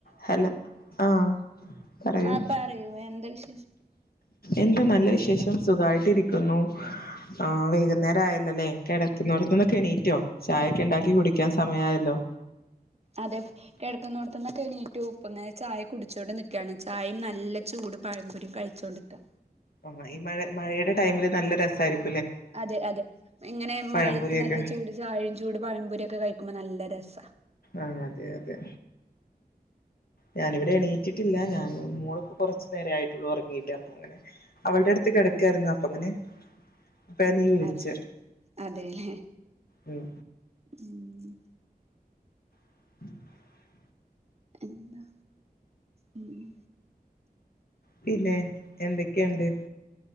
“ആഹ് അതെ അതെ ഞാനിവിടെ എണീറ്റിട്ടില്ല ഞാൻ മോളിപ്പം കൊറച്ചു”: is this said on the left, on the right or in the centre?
Left